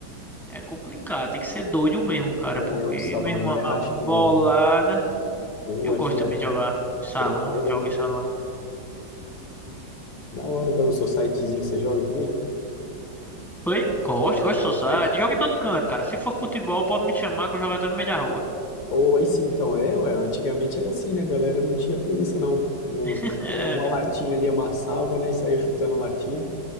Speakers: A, in the centre; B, on the left.
A: é complicado. Tem que ser doido mesmo, cara,
B: É,
A: porque
B: o de salão
A: mesmo
B: é mais
A: a
B: racha,
A: bolada.
B: é, pô,
A: Eu
B: é
A: gosto
B: foda,
A: também de jogar em salão,
B: atropelo,
A: jogo em
B: né?
A: salão.
B: Da hora, da hora. O societyzinho você joga também?
A: Foi, gosto,
B: O,
A: gosto
B: o society?
A: do Society. Jogo em todo canto, cara. Se for futebol, pode me chamar que eu jogo até no meio da rua.
B: Ou aí sim, então, é, ué, antigamente era assim, né? A galera não tinha preguiça, não. não
A: <laughs>
B: pegava uma
A: É,
B: latinha ali, amassava, né? E saía chutando a latinha.